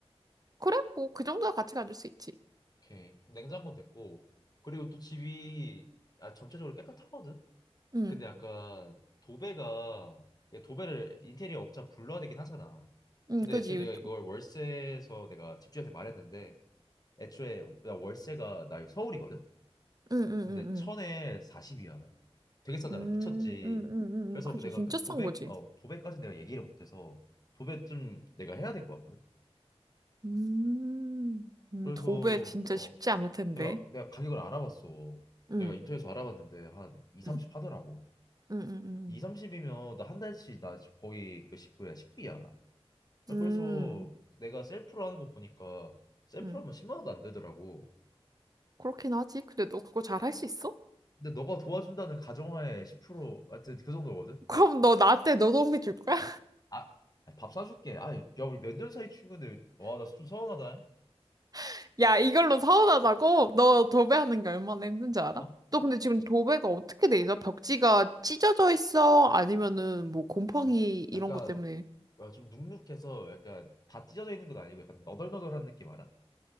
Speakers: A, on the right (about 35°); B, on the left (about 35°).
A: 그래? 뭐 그 정도야 같이 가질 수 있지.
B: 오케이. 냉장고 됐고 그리고 또 집이 아 전체적으로 깨끗하거든.
A: 응.
B: 근데 약간 도배가 이게 도배를 인테리어 업자 불러야 되긴 하잖아.
A: 응,
B: 근데
A: 그지.
B: 애초에 내가 이걸 월세에서 내가 집주인한테 말했는데 애초에 나 월세가 나 서울이거든.
A: 응, 응,
B: 근데
A: 응, 응.
B: 천에 40이야. 되게 싸잖아.
A: 음,
B: 미쳤지.
A: 음, 음, 음,
B: 그래서
A: 음, 그지.
B: 그 내가
A: 진짜
B: 그 도배
A: 싼 거지.
B: 어 도배까지 내가 얘기를 못해서 도배 좀 내가 해야 될 것 같거든.
A: 음, 음,
B: 그래서
A: 도배 진짜
B: 어
A: 쉽지 않을 텐데.
B: 내가 내가 가격을 알아봤어.
A: 응,
B: 내가 인터넷에서 알아봤는데 한 2, 30
A: 응,
B: 하더라고.
A: 응, 응, 응,
B: 2, 30이면 나 한 달치 나 거의 그 식구야 식비야
A: 응, 응.
B: 그래서 내가 셀프로 하는 거 보니까 셀프로
A: 응.
B: 하면 10만 원도 안 되더라고
A: 그렇긴 하지. 근데 너 그거 잘 할 수 있어?
B: 근데 너가 도와준다는 가정하에 10% 하여튼 그 정도거든
A: <laughs> 그럼 너 나한테 노동비 줄 거야?
B: 아, 아니, 밥 사줄게 아, 야 우리 몇 년 사이 친구인데 와 나 좀 서운하다
A: <laughs> 야, 이걸로 서운하다고? 너 도배하는 게 얼마나 힘든지 알아?
B: 어?
A: 너 근데 지금 도배가 어떻게 돼 있어? 벽지가 찢어져 있어? 아니면은 뭐 곰팡이
B: 아,
A: 이런
B: 약간
A: 것 때문에?
B: 와, 좀 눅눅해서 약간 다 찢어져 있는 건 아니고 약간 너덜너덜한 느낌 알아?